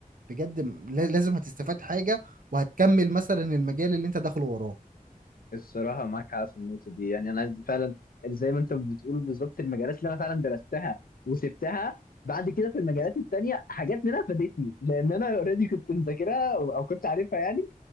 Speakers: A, on the right; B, on the left.
A: بجد م- لا- لازم هتستفاد حاجة وهتكمل مثلا المجال اللي انت داخله وراه
B: الصراحة معاك حق في النقطة دي يعني أنا عايز فعلا زي ما أنت بتقول بالظبط المجالات اللي أنا فعلا درستها وسبتها بعد كده في المجالات التانية حاجات منها فادتني لأن أنا أوريدي كنت مذاكرها أو أو كنت عارفها يعني